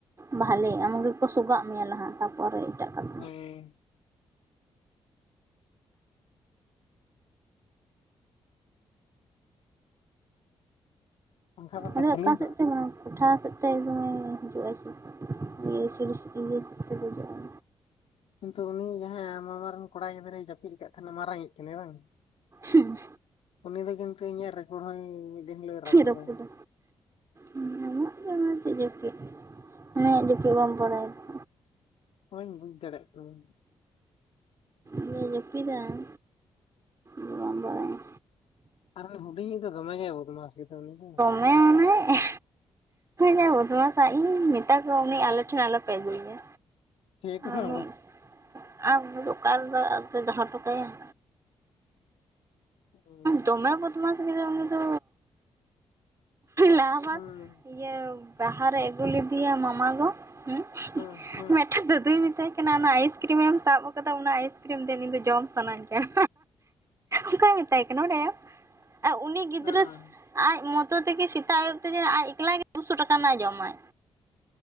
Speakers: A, on the right; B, on the left.
A: ᱵᱷᱟᱞᱮ ᱟᱢ ᱜᱮᱠᱚ ᱥᱚᱜᱟᱜ ᱢᱮᱭᱟ ᱞᱟᱦᱟ ᱛᱟᱯᱚᱨᱮ ᱮᱴᱟᱜ ᱠᱚ᱾
B: ᱦᱳᱭ᱾ ᱯᱟᱝᱠᱷᱟ ᱵᱟᱠᱷᱟ
A: ᱱᱚᱰᱮ
B: ᱪᱟᱹᱞᱩ
A: ᱚᱠᱟ ᱥᱮᱫ
B: ᱠᱟᱜᱼᱟ
A: ᱛᱮ ᱦᱚᱸ ᱵᱟᱝ ᱠᱚᱴᱷᱟ ᱥᱮᱫᱛᱮ ᱮᱠᱫᱚᱢᱮ ᱦᱤᱡᱩᱜ ᱟᱭ ᱥᱮᱪᱮᱫ ᱤᱭᱟᱹ ᱥᱤᱲᱤ ᱥᱮᱫ ᱛᱮ ᱫᱮᱡᱚᱜ ᱟᱭ
B: ᱠᱤᱱᱛᱩ ᱩᱱᱤ ᱡᱟᱸᱦᱟᱭ ᱟᱢ ᱢᱟᱢᱟ ᱨᱮᱱ ᱠᱚᱲᱟ ᱜᱤᱫᱽᱨᱟᱹᱭ ᱡᱟᱹᱯᱤᱫ ᱠᱟᱫ ᱛᱟᱦᱮᱸᱱᱟ ᱢᱟᱨᱟᱝᱤᱡ ᱠᱟᱱᱟᱭ ᱵᱟᱝ?
A: ᱦᱩᱸ᱾
B: ᱩᱱᱤ ᱫᱚ ᱠᱤᱱᱛᱩ ᱤᱧᱟᱹᱜ ᱨᱮᱠᱚᱲ ᱦᱚᱸᱭ ᱢᱤᱫ ᱫᱤᱱ ᱦᱤᱞᱳᱜ ᱨᱟᱹᱯᱩᱫᱟ
A: ᱨᱟᱯᱩᱫᱟ᱾ ᱟᱢᱟᱜ ᱫᱚ ᱚᱱᱟ ᱪᱮᱫ ᱡᱟᱹᱯᱤᱫ ᱩᱱᱤᱭᱟᱜ ᱡᱟᱯᱤᱫ ᱵᱟᱢ ᱵᱟᱲᱟᱭᱟ ᱛᱚ᱾
B: ᱦᱚᱧ ᱵᱩᱡ ᱫᱟᱲᱮᱭᱟᱜ ᱠᱟᱹᱱᱟᱧ᱾
A: ᱡᱮ ᱡᱟᱹᱯᱤᱫᱟ ᱟᱢ ᱫᱚ ᱵᱟᱢ ᱵᱟᱲᱟᱭᱟ᱾
B: ᱟᱨ ᱩᱱᱤ ᱦᱩᱰᱤᱧᱤᱡ ᱫᱚ ᱫᱚᱢᱮ ᱜᱮᱭ ᱵᱚᱫᱢᱟᱥ ᱜᱮᱫᱚ ᱩᱱᱤ ᱫᱚ᱾
A: ᱦᱮᱸ ᱚᱱᱮ ᱡᱟ ᱵᱚᱫᱢᱟᱥ ᱟᱭ ᱤᱧᱤᱧ ᱢᱮᱛᱟ ᱠᱚᱣᱟ ᱩᱱᱤ ᱟᱞᱮ ᱴᱷᱮᱱ ᱟᱞᱚᱯᱮ ᱟᱹᱜᱩᱭᱭᱟ᱾
B: ᱴᱷᱮᱴ
A: ᱟᱨ
B: ᱫᱚ
A: ᱢᱩᱜ ᱟᱨ ᱩᱱᱤ ᱫᱚ ᱚᱠᱟ ᱨᱮᱫᱚ ᱟᱨ ᱫᱚᱦᱚᱴᱚ ᱠᱟᱭᱟᱭ?
B: ᱦᱩᱸ
A: ᱫᱚᱢᱮ ᱵᱚᱫᱢᱟᱥ ᱜᱮᱫᱚᱭ ᱩᱱᱤ ᱫᱚ᱾ ᱞᱟᱦᱟ ᱵᱟᱨ
B: ᱦᱩᱸ
A: ᱤᱭᱟᱹ ᱵᱟᱦᱟᱨᱮ ᱟᱹᱜᱩ ᱞᱮᱫᱮᱭᱟᱭ ᱢᱟᱢᱟ ᱜᱚ᱾ ᱦᱩᱸ
B: ᱦᱩᱸ ᱦᱩᱸ
A: ᱢᱮᱜᱴᱮᱝ ᱫᱟᱫᱩᱭ ᱢᱮᱛᱟᱭ ᱠᱟᱱᱟ ᱚᱱᱟ ᱟᱭᱤᱥᱠᱨᱤᱢ ᱮᱢ ᱥᱟᱵ ᱠᱟᱫᱟ ᱚᱱᱟ ᱟᱭᱤᱥᱠᱨᱤᱢ ᱫᱮᱱ ᱤᱧ ᱫᱚ ᱡᱚᱢ ᱥᱟᱱᱟᱧ ᱠᱟᱱᱟ᱾ ᱚᱝᱠᱟᱭ ᱢᱮᱛᱟᱭ ᱠᱟᱱᱟ ᱵᱟᱰᱟᱭᱟᱢ ᱟᱨ ᱩᱱᱤ ᱜᱤᱫᱽᱨᱟᱹ
B: ᱦᱮᱸ
A: ᱟᱡ ᱢᱚ ᱛᱚ ᱛᱮᱜᱮ ᱥᱮᱛᱟᱜ ᱟᱭᱩᱵ ᱛᱮᱜᱮ ᱟᱡ ᱮᱠᱞᱟᱮ ᱫᱩᱥᱚ ᱴᱟᱠᱟ ᱨᱮᱱᱟᱜ ᱮ ᱡᱚᱢᱟᱭ᱾